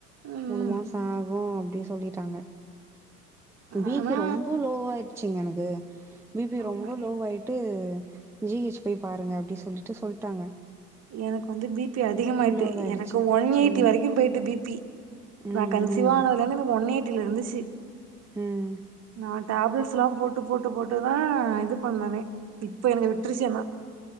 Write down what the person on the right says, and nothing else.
ம்
ஆனா
ஆமாங்க
எனக்கு வந்து பி பி அதிக ஆயிட்டு
எனக்கு ஒன் எயிட்டி
வரைக்கும் போய்ட்டு பி பி
நா கன்சிவா
ஆனத்துல இருந்து எனக்கு ஒன் ஏட்டில இருந்துச்சு
நா டேப்லெட்ஸ் எல்லா போட்டு போட்டு போட்டுதா இது பண்ணனே இப்போ எனக்கு விட்டுருச்சுயென்னா